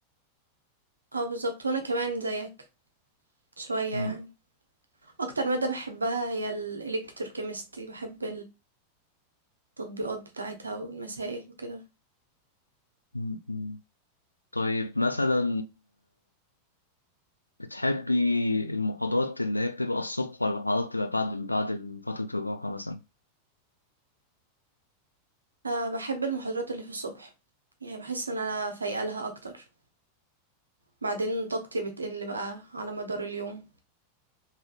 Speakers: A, on the right; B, on the left.
A: اه بالظبط وانا كمان زيك شوية
B: مم.
A: يعني اكتر مادة بحبها هي الالكتروكيمستري بحب التطبيقات بتاعتها والمسائل وكده
B: مم. مم. طيب مثلا بتحبي المحاضرات اللي هي بتبقى الصبح ولا المحاضرات بتبقى بعد بعد فترة الراحة مثلا؟
A: أه بحب المحاضرات اللي في الصبح يعني بحس ان انا فايقة لها اكتر بعدين طاقتي بتقل بقى على مدار اليوم